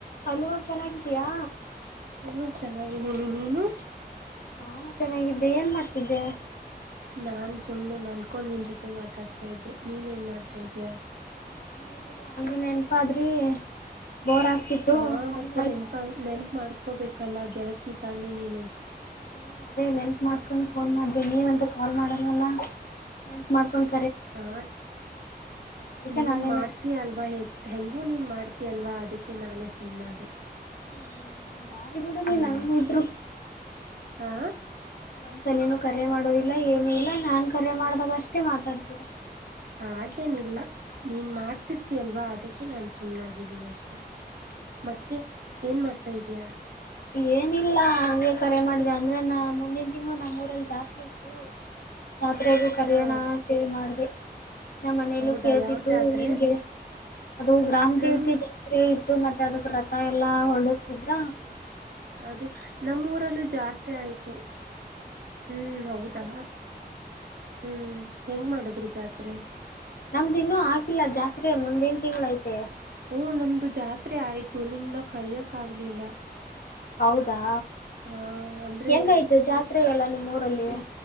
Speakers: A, on the left (about 60°); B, on the right (about 70°).
A: Hello ಚೆನ್ನಾಗಿದ್ದಿಯಾ?
B: ಹ್ಞ ಚೆನ್ನಾಗಿದ್ದೀನಿ ನೀನು?
A: ನಾನು ಚೆನ್ನಾಗಿದ್ದೆ ಏನ್ ಮಾಡ್ತಿದ್ದೆ?
B: ನಾನ್ ಸುಮ್ನೆ ಮಲ್ಕೊಂಡ ನೀನ್ ಜೊತೆ ಮಾತಾಡ್ತಾ ಇದ್ದೆ. ನೀನ್ ಏನ್ ಮಾಡ್ತಾ ಇದೀಯಾ?
A: ನಾನ್ ಏನಿಲ್ಲ ಹಂಗೇನೇ ಆದ್ರಿ ಬೋರ್ ಆಗ್ತಿತ್ತು
B: ಹಾ
A: ಹಂಗಾಗಿ
B: ಮತ್ತೆ ನೆನ್ಪ ನೆನಪ ಮಾಡ್ಕೋಬೇಕಲ್ಲ ಗೆಳತಿ ತಾನೆ ನೀನು.
A: ಹ ಅದೇ ನೆನಪ ಮಾಡ್ಕೊಂಡು ಫೋನ್ ಮಾಡದೆ. ನೀವಂತೂ ಕಾಲ್ ಮಾಡಲ್ಲವಲ್ಲ? ನೆನ್ಪ ಮಾಡ್ಕೊಂಡು.
B: ಹಾ
A: ಅದಕ್ಕೆ
B: ನೀನ್
A: ನಾನೇ
B: ಮಾಡ್ತೀಯ
A: ನೆನ್ಪ
B: ಅಲ್ವಾ ಹೇ ಹೆಂಗು ನೀನ್ ಮಾಡ್ತ ಅಲ್ವಾ ಅದಕ್ಕೆ ನಾನೇ ಸುಮ್ಮನಾದೆ.
A: ಹ್ಮ್ ಬಾರಿ ಬಿಡು ನೀನ್
B: ಹ್ಮ್
A: ನಂಗ ಬಿಟ್ರು.
B: ಹಾ
A: ಒಂದ್ಸಲಿನೂ ಕರೆ ಮಾಡೋದಿಲ್ಲ ಏನು ಇಲ್ಲ ನಾನ್ ಕರೆ ಮಾಡ್ದಾಗ ಅಷ್ಟೇ ಮಾತಾಡ್ತೀರಾ
B: ಹಾಗೇನಿಲ್ಲ ನೀನ್ ಮಾಡ್ತಿರ್ತಯ ಅಲ್ವಾ ಅದಕ್ಕೆ ನಾನು ಸುಮ್ನಾಗಿದ್ದೀನಿ ಅಷ್ಟೆ ಮತ್ತೆ ಏನ್ ಮಾಡ್ತಾ ಇದಯಾ
A: ಏನಿಲ್ಲ ಹಗೆ ಕರೆ ಮಾಡಿದೆ ಅಂದ್ರೆ ನ ಮುಂದಿನ ತಿಂಗಳು ನಮ್ಮೂರಲ್ಲಿ ಜಾತ್ರೆ ಇತ್ತು ಪಾತ್ರೆಗೂ ಕರಯಾಣ
B: ಹಾ
A: ಅಂತೇಳಿ ಮಾಡಿದೆ ನಮ್ಮ ಮನೆಯಲ್ಲೂ
B: ಹೌದಾ
A: ಕೇಳ್ತಿದ್ರು
B: ಯಾವ ಜಾತ್ರೆ
A: ನಿನ್ಗೆ ಅದು ಗ್ರಾಮ್
B: ನಮ್
A: ದೇವ್ತೆ ಜಾತ್ರೆ ಟು ಮತ್ತೆ ಅದಕ್ಕೆ ರಥ ಎಲ್ಲ ಹೊಡಿಸ್ತಿದ್ರ
B: ಅದೇ ನಮ್ಮೂರಲ್ಲೂ ಜಾತ್ರೆ ಆಯ್ತು ಹ್ಮ್ ಹೌದಾ ಹ್ಮ್ ಹೆಂಗ್ ಮಾಡದ್ರು ಜಾತ್ರೆ
A: ನಮ್ದಿನ್ನೂ ಆಗಿಲ್ಲ ಜಾತ್ರೆ ಮುಂದೇನ್ ತಿಂಗಳ್ ಐತೆ
B: ಓ ನಮ್ದು ಜಾತ್ರೆ ಆಯ್ತು ನಿನ್ನ ಕರಯಕ್ಕ್ಲಿಲ್ಲ
A: ಹೌದಾ
B: ಹಾ ಅಂದ್ರೆ,
A: ಹೆಂಗಾಯ್ತು ಜಾತ್ರೆ ಎಲ್ಲ ನಿಮ್ಮ ಊರಲ್ಲಿ
B: ಬೆ